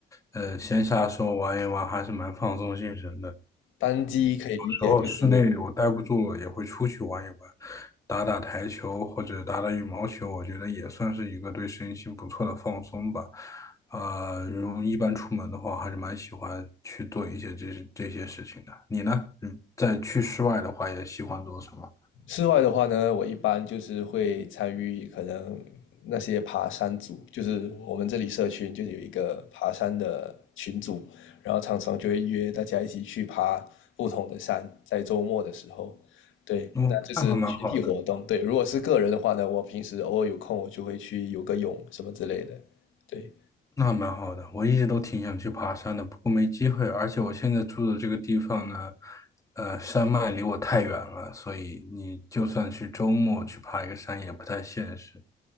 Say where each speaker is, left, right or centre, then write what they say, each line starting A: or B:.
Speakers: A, on the left; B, on the left.
A: 呃，闲暇时候玩一玩还是蛮放松精神的。
B: 单机可以理解就是
A: 然后室内我待不住了，也会出去玩一玩，打打台球或者打打羽毛球，我觉得也算是一个对身心不错的放松吧。呃，如果一般出门的话，还是蛮喜欢去做一些这些这些事情的。你呢？嗯，在去室外的话，也喜欢做什么？
B: 室外的话呢，我一般就是会参与可能那些爬山组，就是我们这里社群就有一个爬山的群组，然后常常就会约大家一起去爬不同的山，在周末的时候，对，
A: 嗯，
B: 那就是群体活动。
A: 那还蛮好的。
B: 对，如果是个人的话呢，我平时偶尔有空我就会去游个泳什么之类的，对。
A: 那蛮好的，我一直都挺想去爬山的，不过没机会。而且我现在住的这个地方呢，呃，山脉离我太远了，所以你就算去周末去爬一个山也不太现实。